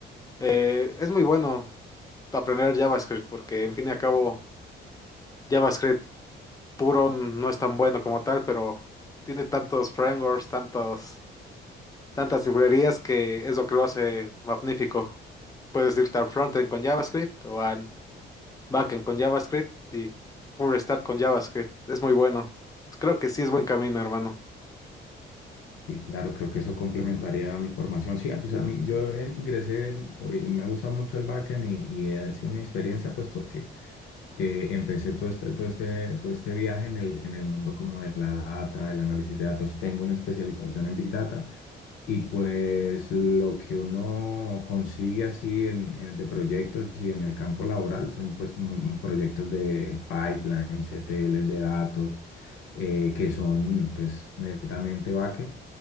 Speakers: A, on the left; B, on the left.
A: Eh, es muy bueno aprender JavaScript porque, en fin y al cabo, JavaScript puro no es tan bueno como tal, pero tiene tantos frameworks, tantos, tantas librerías que es lo que lo hace magnífico. Puedes irte al frontend con JavaScript o al backend con JavaScript y full stack con JavaScript. Es muy bueno. Creo que sí es buen camino, hermano.
B: Y claro, creo que eso complementaría mi formación. Sí, ah, pues a mí, yo eh, ingresé eh, y me gusta mucho el backend y, y ha sido mi experiencia, pues porque eh, empecé todo este, todo este, todo este viaje en el, en el mundo como de la data, del análisis de datos. Tengo una especialización en Big Data y pues lo que uno consigue así en, en- de proyectos y en el campo laboral son pues mm, proyectos de pipelines, C T Ls de datos, eh, que son pues netamente backend.